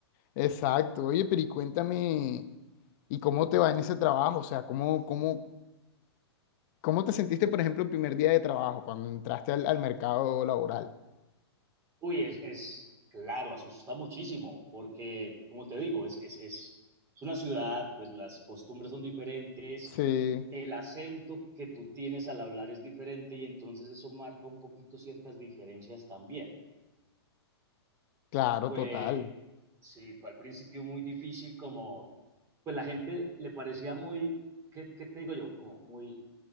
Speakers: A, on the left; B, on the right.
A: Exacto. Oye, pero y cuéntame, ¿y cómo te va en ese trabajo? O sea, ¿cómo, cómo, cómo te sentiste, por ejemplo, el primer día de trabajo, cuando entraste al, al mercado laboral?
B: Uy, es, es claro, asusta muchísimo, porque como te digo, es, es, es, es una ciudad, pues las costumbres son diferentes,
A: Sí,
B: el acento que tú tienes al hablar es diferente y entonces eso marca un poquito ciertas diferencias también.
A: claro,
B: pues
A: total.
B: sí, fue al principio muy difícil como, pues la gente le parecía muy, ¿qué, qué te digo yo? Como muy